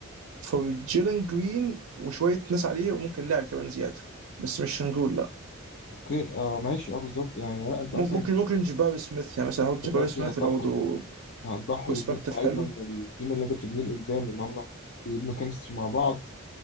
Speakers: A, on the right; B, on the left.
A: فور جيلن جرين وشويه ناس عليه وممكن لاعب كمان زياده بس مش هنقول لا
B: اوكي آه ماشي اه بالظبط يعني لا انت
A: مم-
B: اصلا
A: ممكن ممكن جباري سميث يعني مثلا احط جباري
B: دلوقتي
A: سميث
B: هتضحي
A: اللي برضه
B: هتضحي
A: برسبكتيف
B: باتنين لعيبه
A: حلو
B: من التيم اللي انت بتبنيه لقدام اللي هم بيبنوا كيمستري مع بعض